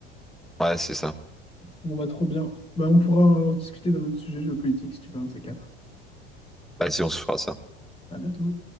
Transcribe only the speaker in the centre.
Ouais, c'est ça.
Vas-y, on se fera ça.